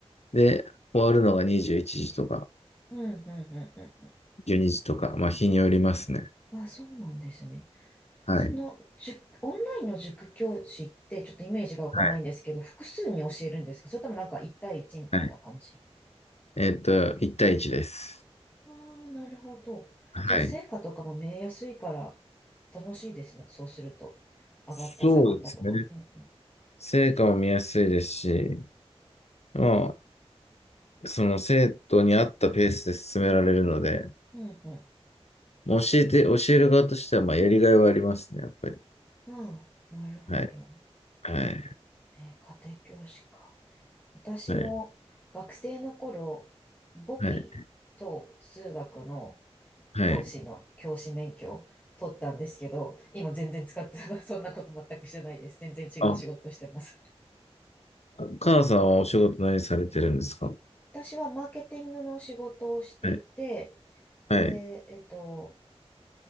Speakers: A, on the left (about 75°); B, on the left (about 15°).
A: で、終わるのが21時とか、
B: うん、うん、うん。うん
A: 12時とか、まあ、日によりますね。
B: あ、そうなんですね。
A: はい。
B: え、その、塾、オンラインの塾教師って、ちょっとイメージがわかんないんですけど、
A: はい。
B: 複数に教えるんですかそれともなんか一対一みたいな感じ
A: はい。えっと、1対1です。
B: ああなるほど。
A: はい。
B: じゃあ、成果とかも見えやすいから、楽しいですね。そうすると。上がった、
A: そうですね。
B: 下がったとか。うん、うん、
A: 成果も見やすいですし、まあ、その生徒に合ったペースで進められるので、
B: うん、う
A: 教えて、教える側としては、まあ、やりがいはありますね、やっぱり。
B: ん。ああ、なるほど。
A: はい。はい。
B: えー家庭教師か。私も学生の頃、
A: はい。
B: 簿記と数学の
A: はい。はい。
B: 教師の教師免許を取ったんですけど、今全然使って <laughs> そんなこと全くしてないです。全然違う仕事をしてます。
A: あ、カナさんはお仕事何されてるんですか
B: 私はマーケティングの仕事をしていて、
A: はい。
B: で、
A: はい。
B: えっと、